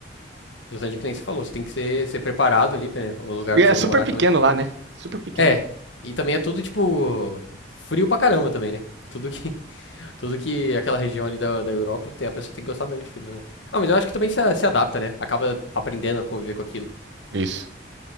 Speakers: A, on the left; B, on the right.
A: Na Islândia, que nem você falou, você tem que ser, ser preparado ali, né? O lugar
B: E
A: onde
B: é
A: você
B: super
A: vai morar
B: pequeno
A: também.
B: lá, né? Super pequeno.
A: É. E também é tudo, tipo. Frio pra caramba também, né? Tudo que. Tudo que aquela região ali da, da Europa, tem, a pessoa tem que gostar mesmo de frio, né? Ah, mas eu acho que também se, se adapta, né? Acaba aprendendo a conviver com aquilo.
B: Isso.